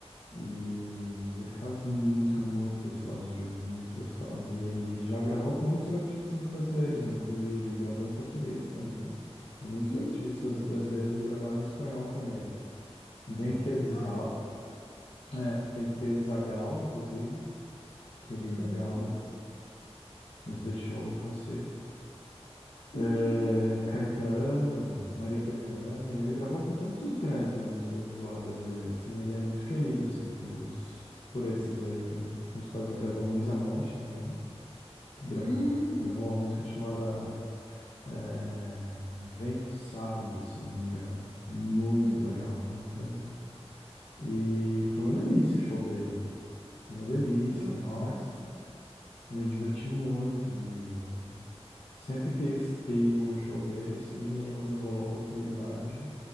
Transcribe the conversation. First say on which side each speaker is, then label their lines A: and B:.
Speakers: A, on the left (about 70°); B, on the left (about 85°).
A: E ele faz música muito gostosa de ouvir, muito gostosa. E ele já gravou com muitos artistas brasileiros, inclusive, gravou em português também. E muitos
B: uhum.
A: artistas
B: Hum,
A: brasileiros gravaram em espanhol com ele. Dentre eles,
B: Nossa,
A: Gal,
B: que legal.
A: é, dentre eles a Gal, inclusive, querida
B: Uhum.
A: Gal. nos deixou tão cedo. É,
B: <laughs>
A: Caetano, Maria Bethânia, ele gravou com todos os grandes da música popular brasileira, assim, ele é muito querido, assim, pelos, por esses aí com, com os quais ele gravou, Marisa Monte também, que gravou,
B: Hum,
A: gravou uma música chamada é, Vento Sardo, se eu não me engano. Muito
B: uhum.
A: legal, muito legal. E foi uma delícia o show dele, foi uma delícia,
B: Nossa,
A: nossa,
B: que massa.
A: eu me diverti muito e Sempre quis ter ido num show dele, sim, e aí quando rolou a oportunidade,